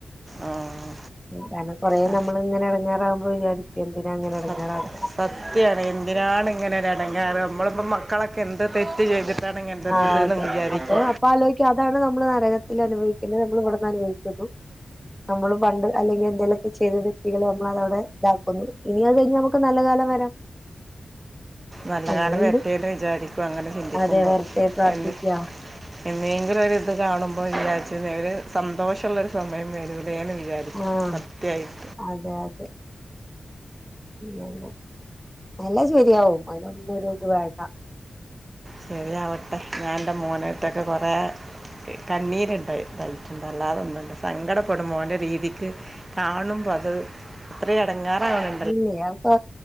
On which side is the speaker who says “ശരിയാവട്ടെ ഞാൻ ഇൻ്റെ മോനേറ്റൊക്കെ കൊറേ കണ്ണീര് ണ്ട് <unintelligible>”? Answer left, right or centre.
Right